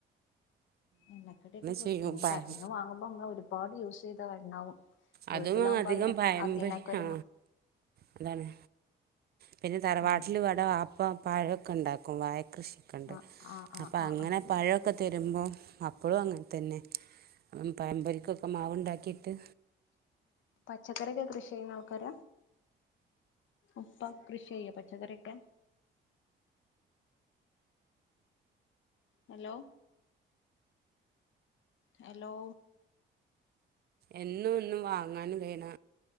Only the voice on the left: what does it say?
എണ്ണക്കടി കൊടുത്തിനീ
ഇനി
കടേന്ന് വാങ്ങുമ്പോൾ ഇങ്ങ വരും ഒരുപാട് യൂസ് ചെയ്ത എണ്ണവും
വീട്ടിലാകുമ്പോ
അതിന
അതിനക്കെ ഒരു-
ഉം
ആഹ് ആഹ് ആഹ്
ആഹ്
പച്ചക്കറെക്കെ കൃഷി ചെയ്യ്ണ ആൾക്കാര ഉപ്പ അഷിവെയിൽ പച്ചക്കറിയൊ ഹെലോ ഹെലോ